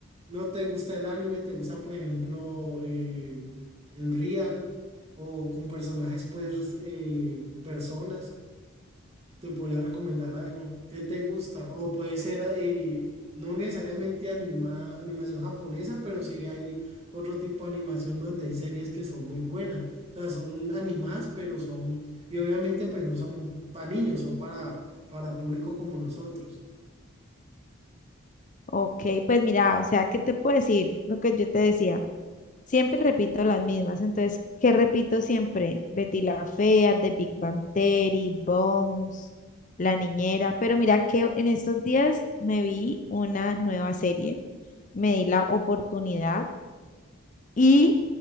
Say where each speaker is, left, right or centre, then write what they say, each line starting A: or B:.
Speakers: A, on the right (about 30°); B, on the left (about 35°).
A: no te gusta el anime, te gusta, por ejemplo, eh, en Real o con personajes, pues, eh, personas, te podría recomendar algo. ¿Qué te gusta? O puede ser, eh, no necesariamente anima, animación japonesa, pero sí hay otro tipo de animación donde hay series que son muy buenas. O sea, son animadas, pero son, y obviamente, pues no son para niños, son para, para público como nosotros.
B: Ok, pues mira, o sea, ¿qué te puedo decir? Lo que yo te decía. Siempre repito las mismas. Entonces, ¿qué repito siempre? Betty la Fea, The Big Bang Theory, Bones, La Niñera. Pero mira que en estos días me vi una nueva serie, me di la oportunidad y